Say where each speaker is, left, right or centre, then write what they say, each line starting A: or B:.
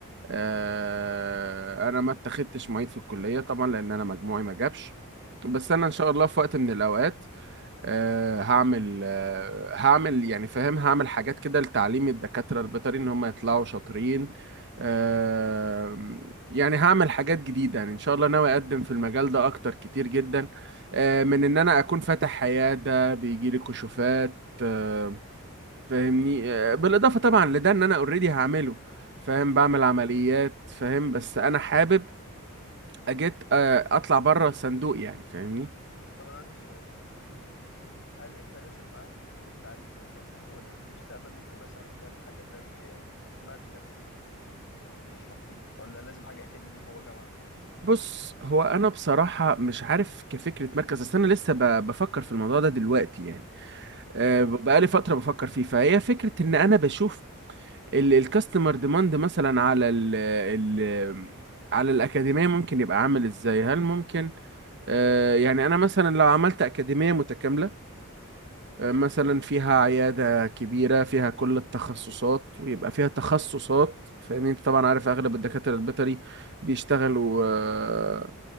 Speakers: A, on the right; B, on the left.
A: أه، أنا ما اتخدتش معيد في الكلية طبعا لأن أنا مجموعي ما جابش بس أنا إن
B: اه
A: شاء الله في وقت من الأوقات آه، هعمل آه، هعمل يعني فاهم هعمل حاجات كده لتعليم الدكاترة البيطري ان هم يطلعوا شاطرين آه، يعني هعمل حاجات جديدة يعني ان شاء الله ناوي اقدم في المجال ده اكتر كتير جدا آه، من ان انا اكون فاتح عيادة بيجيلي كشوفات آه، فاهمني آه، بالاضافة طبعا لده ان انا اوريدي هعمله فاهم بعمل
B: طبعا
A: عمليات فاهم بس انا حابب اجيت آه، اطلع بره الصندوق يعني فاهمني
B: طب انا عندي سؤال هل انت لازم معاك يكون التعليم اكاديمي ولا في المستقبل ممكن مثلا تعمل حاجة زي مركز يبقى تشرح فيه ولا لازم حاجة اكاديمي جوه جامعة
A: بص هو انا بصراحه مش عارف كفكره مركز اصل انا لسه ب- بفكر في الموضوع ده دلوقتي يعني آه،
B: اه
A: ب- بقالي فتره بفكر فيه فهي فكره ان انا بشوف الكاستمر ديماند مثلا على ال ال على الاكاديميه ممكن يبقى عامل ازاي هل ممكن آه، يعني انا مثلا لو عملت اكاديميه متكامله
B: امم
A: مثلا فيها عيادة كبيرة فيها كل التخصصات ويبقى فيها تخصصات فاهمني انت طبعا
B: اه
A: عارف اغلب الدكاترة البيطري بيشتغلوا آه،